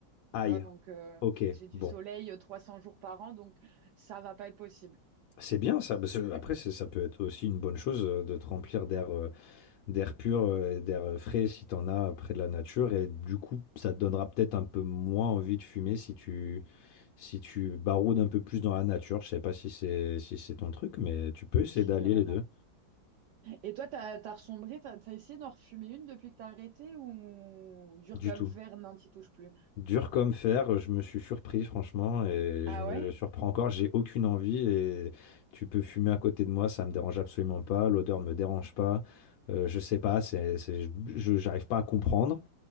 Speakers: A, on the right; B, on the left.
A: Tu
B: Aïe,
A: vois, donc euh,
B: ok,
A: j'ai du
B: bon.
A: soleil euh, 300 jours par an, donc ça va pas être possible.
B: C'est bien ça. parce que Après, c'est- ça peut être aussi une bonne chose euh, de te remplir d'air euh, d'air pur, euh, et d'air frais si t'en as près de la nature. Et du coup, ça te donnera peut-être un peu moins envie de fumer si tu, si tu baroudes un peu plus dans la nature. Je sais pas si c'est si c'est ton truc, mais tu peux essayer
A: Si,
B: d'allier
A: carrément.
B: les deux.
A: Et toi, t'as, t'as ressombré, t'as, t'as essayé d'en refumer une depuis que t'as arrêté ou dur
B: Du
A: comme
B: tout.
A: fer, non, t'y touches plus.
B: Dur comme fer, je me suis surpris franchement et
A: Ah
B: je me
A: ouais?
B: surprends encore. J'ai aucune envie et tu peux fumer à côté de moi, ça me dérange absolument pas. L'odeur me dérange pas. Euh, je sais pas, c'est, c'est- je, je- j'arrive pas à comprendre.